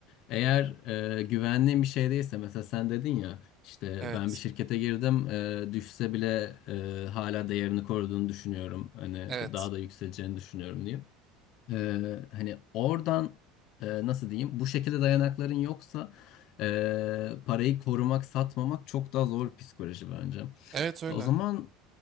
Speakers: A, on the left (about 60°); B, on the right (about 35°).
A: Eğer e, güvenliğin bir şey değilse mesela sen dedin ya işte
B: Evet.
A: ben bir şirkete girdim e, düşse bile e, hala değerini koruduğunu düşünüyorum. Hani
B: Evet.
A: daha da yükseleceğini düşünüyorum diye. E, hani oradan e, nasıl diyeyim bu şekilde dayanakların yoksa e, parayı korumak satmamak çok daha zor bir psikoloji bence.
B: Evet öyle.
A: O zaman